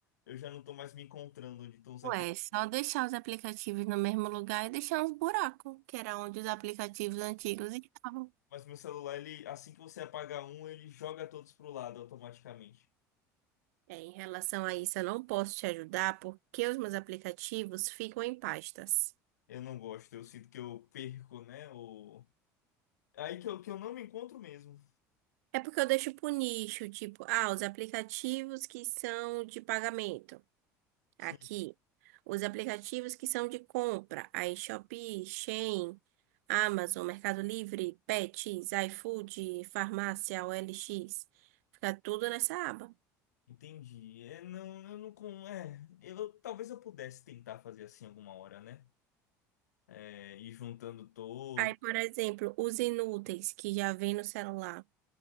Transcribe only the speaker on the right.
Ué, é só deixar os aplicativos no mesmo lugar e deixar uns buracos, que era onde os aplicativos antigos estavam.
É, em relação a isso, eu não posso te ajudar porque os meus aplicativos ficam em pastas.
É porque eu deixo pro nicho, tipo, ah, os aplicativos que são de pagamento,
aqui. Os aplicativos que são de compra, aí Shopee, Shein, Amazon, Mercado Livre, Pets, iFood, Farmácia, OLX. Fica tudo nessa aba.
Aí, por exemplo, os inúteis que já vem no celular.